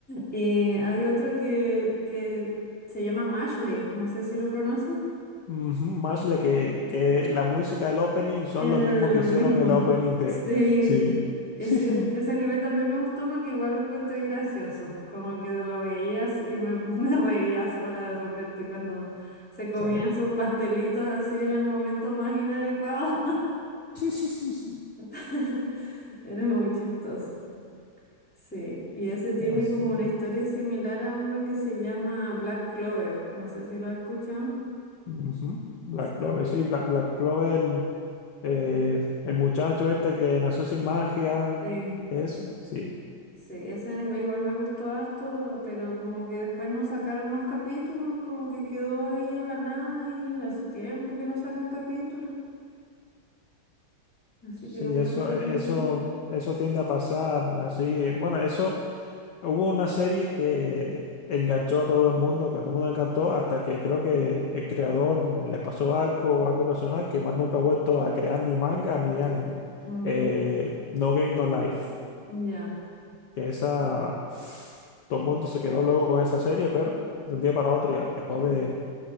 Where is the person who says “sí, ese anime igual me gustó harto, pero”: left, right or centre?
Centre